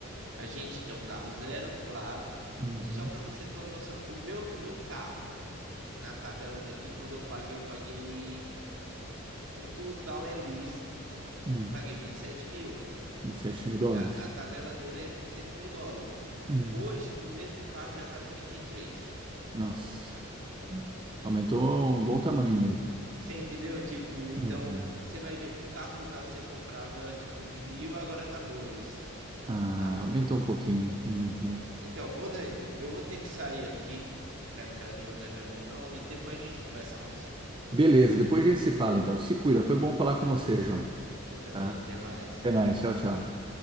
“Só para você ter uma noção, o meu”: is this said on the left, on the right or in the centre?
Right